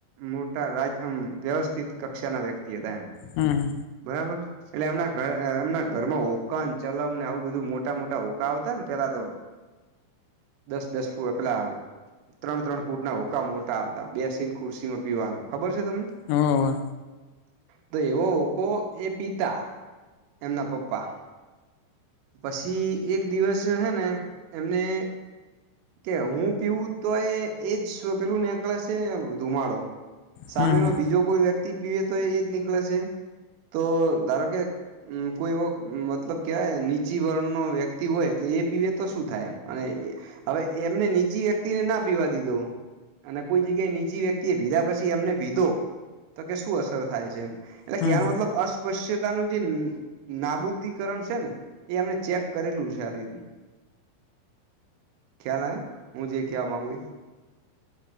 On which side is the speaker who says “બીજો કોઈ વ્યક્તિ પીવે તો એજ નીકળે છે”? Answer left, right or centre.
Right